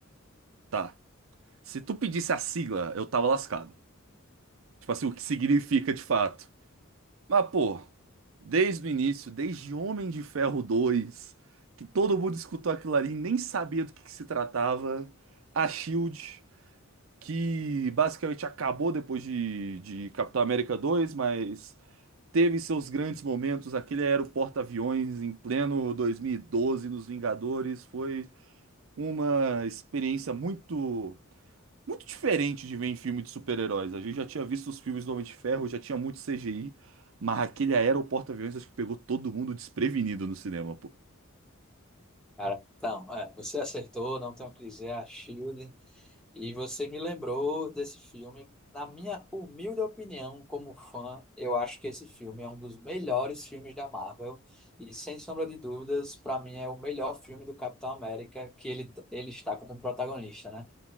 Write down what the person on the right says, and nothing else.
Tá. Se tu pedisse a sigla, eu tava lascado. Tipo assim, o que significa de fato. Mas, pô, desde o início, desde Homem de Ferro 2, que todo mundo escutou aquilo ali, e nem sabia do que, que se tratava. A Shield, que basicamente acabou depois de, de Capitão América 2, mas. teve seus grandes momentos. Aquele era o porta-aviões em pleno 2012 nos Vingadores. Foi uma experiência muito muito diferente de ver em filme de super-heróis. A gente já tinha visto os filmes do Homem de Ferro, já tinha muito CGI, mas aquele era o porta-aviões acho que pegou todo mundo desprevenido no cinema, pô.